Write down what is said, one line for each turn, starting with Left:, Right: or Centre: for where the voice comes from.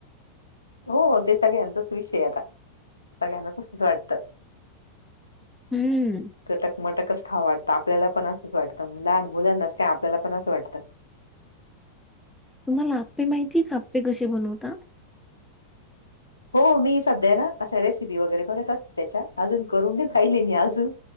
Left: हो ते सगळ्यांचाच विषय आता, सगळ्यांना तसच वाटतं.
Centre: हम्म
Left: चटक मटकच खाव वाटतं आपल्याला पण असंच लहान मुलांनाच काय पण असं वाटतं.
Centre: तुम्हाला आप्पे माहितीये का? आप्पे कशे बनवता?
Left: हो मी सध्या ना अस रेसिपी वगैरे बघत असते त्याच्या अजून करून नाही पाहिले मी अजून.